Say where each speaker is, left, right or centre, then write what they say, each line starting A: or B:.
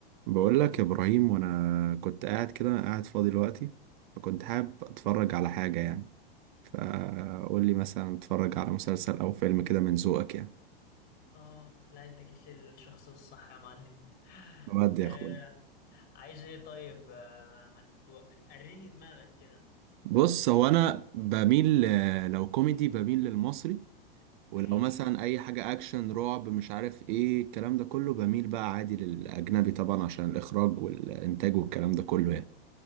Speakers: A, on the right; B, on the left.
A: بقول لك يا ابراهيم وانا كنت قاعد كده قاعد فاضي دلوقتي فكنت حابب اتفرج على حاجه يعني فقول لي مثلا اتفرج على مسلسل او فيلم كده من ذوقك يعني
B: اه لا انت جيت للشخص الصح يا معلم <laughs>
A: بجد يا
B: آه
A: اخويا
B: عايز ايه طيب آه ما تو... وريني دماغك كده
A: بص هو انا بميل ل- لو كوميدي بميل للمصري ولو
B: ماشي
A: مثلا اي حاجه اكشن رعب مش عارف ايه الكلام ده كله بميل بقى عادي للاجنبي طبعا عشان الاخراج والانتاج والكلام ده كله يعني